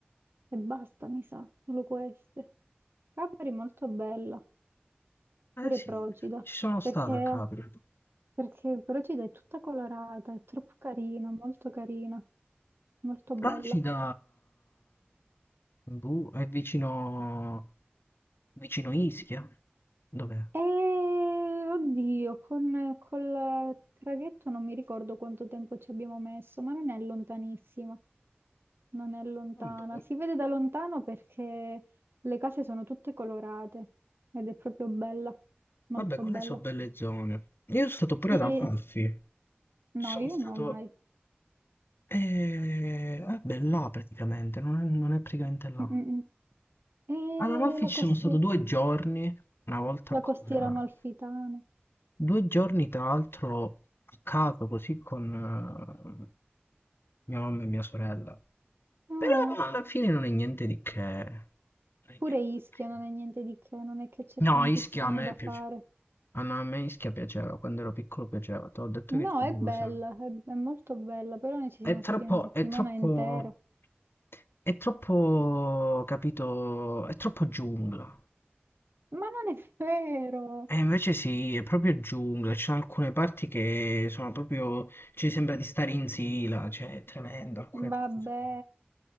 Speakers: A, on the right; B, on the left.
A: e basta, mi sa, solo queste. Capri molto bella, pure
B: sì,
A: Procida,
B: ci sono stato
A: perché
B: a Capri.
A: Perché però ci dai tutta colorata, è troppo carina, molto carina, molto bella.
B: Procida, boh, è vicino, vicino Ischia. Dov'è?
A: E oddio, con, col traghetto non mi ricordo quanto tempo ci abbiamo messo, ma non è lontanissima, non è lontana.
B: Vabbè,
A: Si vede da lontano perché le case sono tutte colorate ed è proprio bella, molto
B: Vabbè, quelle
A: bella.
B: sono belle zone. Io sono stato pure
A: Sì,
B: ad Amalfi. Sono
A: no,
B: stato...
A: io no mai.
B: Eh, vabbè, là praticamente, non è, non è praticamente là.
A: Mm, mm, mm.
B: Ad Amalfi
A: E la
B: ci
A: costiera,
B: sono stato due giorni, una volta
A: la
B: con...
A: costiera
B: eh,
A: amalfitana.
B: Due giorni tra l'altro a caso, così con eh, mia mamma e mia sorella.
A: Ah.
B: Però alla fine non è niente di che. non è
A: Pure
B: niente
A: Ischia
B: di che.
A: non è niente di che, non è che c'è
B: No,
A: tantissimo
B: Ischia a me
A: da fare.
B: piace. Ah, no, a me Ischia piaceva, quando ero piccolo piaceva, te l'ho detto
A: No,
B: che ci andavo
A: è bella,
B: sempre.
A: è, è molto bella, però noi ci
B: È
A: siamo
B: troppo,
A: stati una settimana
B: è troppo,
A: intera.
B: è troppo, capito, è troppo giungla.
A: Ma non è vero!
B: E invece sì, è proprio giungla, ci sono alcune parti che sono proprio, ci sembra di stare in Sila, cioè è tremendo, alcune
A: Vabbè,
B: parti sono...